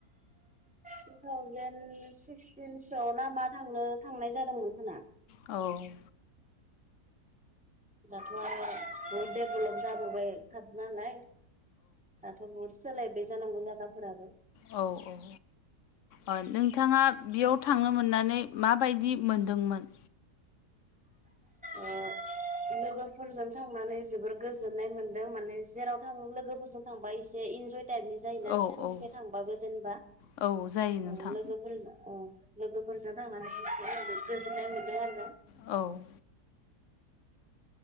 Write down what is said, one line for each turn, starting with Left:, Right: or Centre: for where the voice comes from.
Centre: थु थावजेेन सिक्सटिनसोआव ना मा थांनो थांनाय जादोंमोन होना
Left: औ।
Centre: दाथ' आरो बहुद डेभलप जाबोबाय थादो नालाय दाथ' बुहुद सोलायबाय जानांगौ जाय्गाफोराबो।
Left: औ औ। अ नोंथाङा बेयाव थांनो मोननानै माबायदि मोनदोंमोन?
Centre: ओ लोगोफोरजों थांनानै जोबोर गोजोननाय मोनदों। माने जेराव थांङो लोगोफोरजों थांबा इसे इनजय टाइपनि जायोना
Left: औ
Centre: स्कुलनिफ्राय
Left: औ
Centre: थांबाबो जेनेबा।
Left: औ जायो नोंथां
Centre: ओ लोगोफोरजों ओ लोगोफोरजों थांनानै एसे गोजोननाय मोनो आरो।
Left: औ।